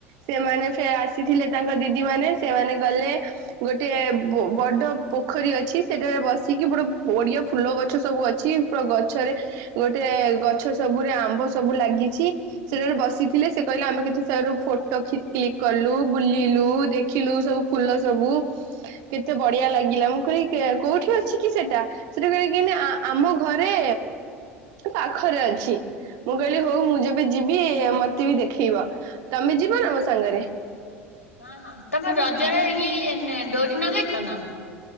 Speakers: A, on the right (about 55°); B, on the left (about 80°).
A: ସେମାନେ ସେ ଆସିଥିଲେ ତାଙ୍କ ଦିଦି ମାନେ ସେମାନେ ଗଲେ ଗୋଟେ ବ ବଡ଼ ପୋଖରୀ ଅଛି! ସେଠାରେ ବସିକି ପୁରା ବଢିଆ ଫୁଲ ଗଛ ସବୁ ଅଛି ପୁରା ଗଛରେ ଗୋଟେ ଗଛ ସବୁରେ ଆମ୍ବ ସବୁ ଲାଗିଛି! ସେଟାରେ ବସିଥିଲେ ସେ କହିଲେ ଆମେ କେତେ ଫଟ କ୍ିକ କଲୁ ବୁଲିଲୁ ଦେଖିଲୁ ସବୁ ଫୁଲ ସବୁ କେତେ? ବଡିଆ ଲାଗିଲା ମୁଁ କ କୋଉଠି ଅଛି କି ସେଟା ସେଟା ଆମ ଘରେ। ପାଖରେ ଅଛି ମୁଁ କହିଲି ହଉ ମୁଁ ଯେବେ ଯିବି ମତେ ବି ଦେଖେଇବ ତମେ ତମେ ଯିବ ନା ମୋ ସାଙ୍ଗରେ
B: ହଁ ହଁ ତମେ ରଜରେ ଇଏ ଡୋରି ନଗେଇଛ ନା